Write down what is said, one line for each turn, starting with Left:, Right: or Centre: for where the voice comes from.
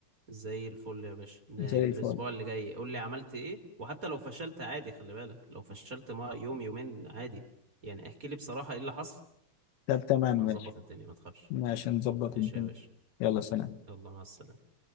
Right: زي الفل يا باشا ن-
Left: زي
Right: الاسبوع
Left: الفل
Right: اللي جاي قول لي عملت ايه وحتى لو فشلت عادي خلي بالك لو فشلت ما يوم يومين عادي يعني احكي لي بصراحة ايه اللي حصل
Left: طب تمام ماشي
Right: هنظبط الدنيا ما تخافش
Left: ماشي نظبط
Right: ماشي
Left: الدنيا.
Right: يا باشا
Left: يلا سلام
Right: يلا مع السلامة